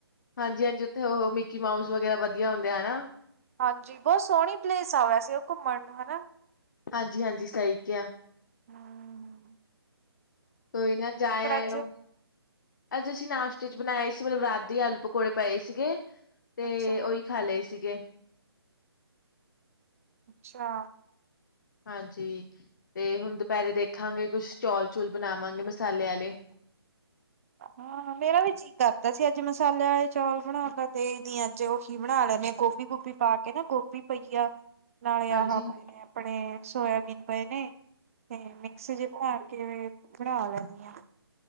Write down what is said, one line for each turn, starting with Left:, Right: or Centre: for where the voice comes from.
Left: ਹਾਂਜੀ-ਹਾਂਜੀ ਓਥੇ ਓ ਮਿੱਕੀ ਮਾਊਸ ਵਗੈਰਾ ਵਦੀਆ ਹੁੰਦੇ ਹਨਾ।
Right: ਹਾਂਜੀ, ਬੌ ਸੋਹਣੀ ਪਲੇਸ ਆ ਸੀ ਓ ਘੁੰਮਣ ਨੂੰ ਹਨਾ।
Left: ਹਾਂਜੀ-ਹਾਂਜੀ ਸਈ ਕੇਆ।
Right: ਹੂੰ-ਹੂੰ।
Left: ਕੋਈ ਨਾ ਜਾ ਆਏਓ।
Right: ਅੱਜ?
Left: ਅੱਜ ਅਸੀਂ ਨਾਸਟੇਜ ਬਣਾਏ ਸੀ ਮਤਲਬ ਰਾਤ ਦੇ ਆਲੂ ਪਕੌੜੇ ਪਏ ਸੀਗੇ। ਤੇ
Right: ਅੱਛਾ।
Left: ਓਈ ਖਾ ਲੇ ਸੀਗੇ।
Right: ਅੱਛਾ।
Left: ਹਾਂਜੀ, ਤੇ ਹੁਣ ਦੁਪੈਰੇ ਦੇਖਾਂਗੇ ਕੁਛ ਚੌਲ-ਚੂਲ ਬਣਾਵਾਂਗੇ ਮਸਾਲੇ ਆਲੇ।
Right: ਹਾਂ ਮੇਰਾ ਵੀ ਜੀ ਕੀ ਕਰਦਾ ਸੀ ਅੱਜ ਮਸਾਲੇ ਵਾਲੇ ਚੌਲ ਬਣਾ ਲੈ <unintelligible> ਅੱਜ ਓਹੀ ਬਣਾ ਲੈਨੀ ਆ ਗੋਭੀ ਗੁਬੀ ਪਾ ਕੇ ਨਾ ਗੋਭੀ ਪਈਆ ਨਾਲੇ
Left: ਹਾਂਜੀ-ਹਾਂਜੀ
Right: ਆਹਾ ਪਏ ਨੇ ਆਪਣੇ, ਸੋਏਆਬੀਨ ਪਏ ਨੇ, ਤੇ ਮਿਕਸ ਜੇ ਬਣਾ ਕਿਵੇਂ, ਬਣਾ ਲੈਂਨੀ ਆਂ।